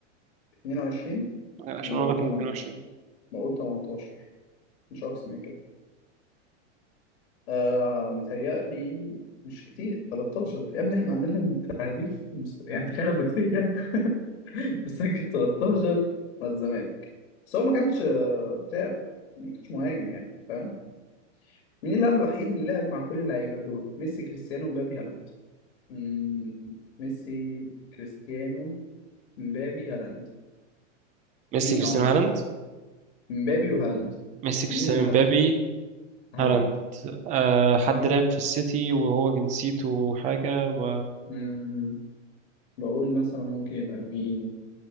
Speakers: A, on the left; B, on the right.
A: 22
B: عشان
A: انا بقول
B: اقول لكم
A: 8
B: 22
A: بقول 18 مش اكتر من كده آه متهيألي مش كتير 13 يا ابني احنا عندنا تهديف مست... يعني تخيل ابو تريكه <laughs> مسجل 13 مع الزمالك بس هو ما كانش آه، بتاع يعني ما كانش مهاجم يعني فاهم مين اللاعب الوحيد اللي لعب مع كل اللعيبه دول ميسي كريستيانو مبابي هالاند مم، ميسي كريستيانو مبابي هالاند
B: ميسي
A: مين
B: كريستيانو
A: عمر
B: هالاند
A: مبابي وهالاند
B: ميسي كريستيانو
A: مين اللي لعب
B: مبابي
A: هالاند
B: هالاند أه حد
A: مين
B: لعب في السيتي وهو جنسيته حاجة و...
A: مم، بقول مثلا ممكن يبقى مين